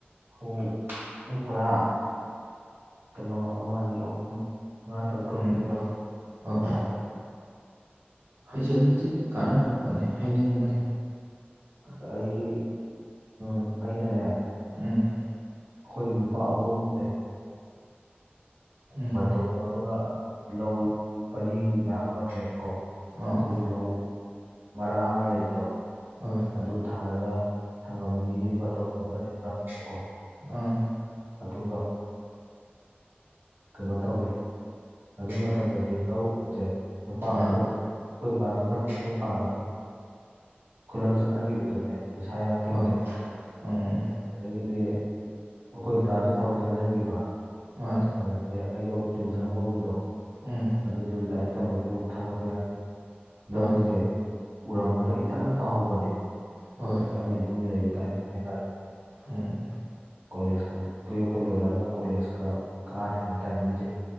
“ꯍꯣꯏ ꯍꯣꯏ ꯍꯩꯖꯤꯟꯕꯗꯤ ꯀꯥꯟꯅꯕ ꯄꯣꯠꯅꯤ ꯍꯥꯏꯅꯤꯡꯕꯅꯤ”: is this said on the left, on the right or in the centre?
Right